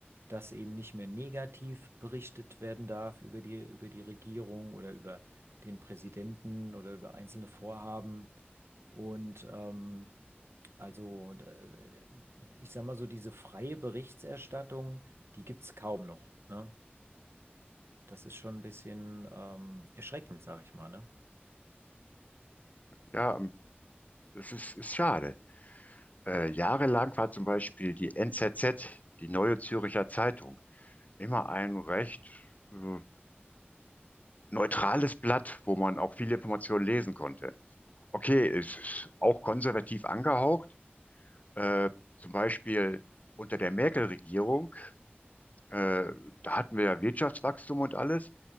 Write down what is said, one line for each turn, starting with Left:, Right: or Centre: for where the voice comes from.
Right: dass eben nicht mehr negativ berichtet werden darf über die, über die Regierung oder über den Präsidenten oder über einzelne Vorhaben. Und ähm, also äh, ich sag mal so, diese freie Berichterstattung, die gibt es kaum noch. Ne? Das ist schon ein bisschen ähm, erschreckend, sag ich mal, ne?
Left: Ja, ähm, das ist, ist schade. Äh, jahrelang war zum Beispiel die NZZ, die Neue Zürcher Zeitung, immer ein recht äh, neutrales Blatt, wo man auch viele Informationen lesen konnte. Okay, es ist auch konservativ angehaucht. Äh, zum Beispiel unter der Merkel-Regierung, äh, da hatten wir ja Wirtschaftswachstum und alles.